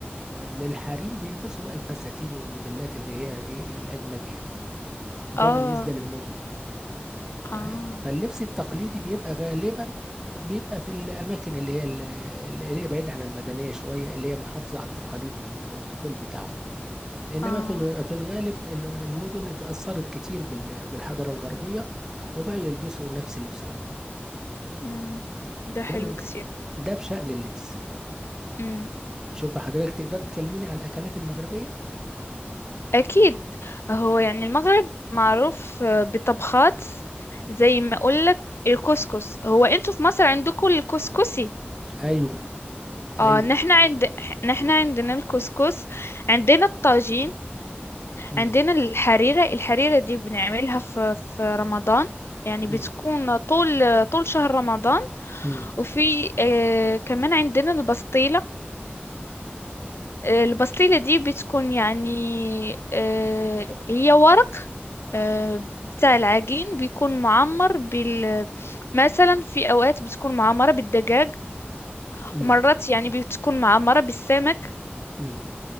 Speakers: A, on the right (about 15°); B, on the left (about 80°).
A: للحريم بيلبسوا بقى الفساتين والموديلات اللي هي ايه الأجنبية ده
B: آه
A: بالنسبة للمدن
B: آه
A: ما هي- فاللبس التقليدي بيبقى غالبا بيبقى في الأماكن اللي هي اللي هي بعيدة عن المدنية شوية اللي هي محافظة على التقاليد والبروتوكول بتاعهم إنما
B: آه
A: في الغ- في الغالب ال- المدن اتأثرت كتير بال- بالحضارة الغربية وبقوا يلبسوا نفس لبسهم
B: أمم، ده
A: ده
B: حلو
A: من
B: كتير
A: ده بشأن اللبس
B: مم.
A: شوف حضرتك تقدر تكلميني على الأكلات المغربية
B: أكيد هو يعني المغرب معروف آه، بطبخات زي ما أقولك الكسكس هو أنتوا في مصر عندكم الكسكسي
A: أيوه
B: اه
A: أيوه
B: نحن عند نحن عندنا الكسكس عندنا الطاجين
A: امم
B: عندنا الحريرة الحريرة دي بنعملها في في رمضان يعني بتكون
A: امم
B: طول طول شهر رمضان
A: امم
B: وفي آه كمان عندنا البسطيلة آه، البسطيلة دي بتكون يعني آه، هي ورق آه، بتاع العجين بيكون معمر بال مثلا في أوقات بتكون معمرة بالدجاج
A: امم
B: ومرات يعني بتكون معمرة بالسمك
A: امم